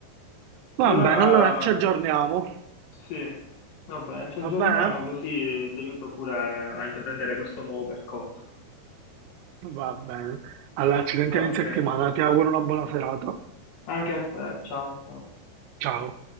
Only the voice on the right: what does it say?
Va
bene, allora ci aggiorniamo,
va
bene?
Va bene. Allora, ci sentiamo
in settimana, ti auguro una buona serata.
Ciao.